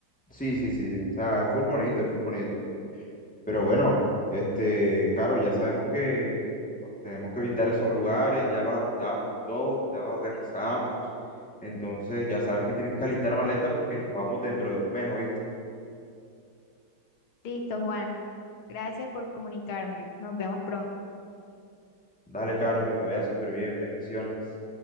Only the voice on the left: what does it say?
Listo, Juan, gracias por comunicármelo, nos vemos pronto.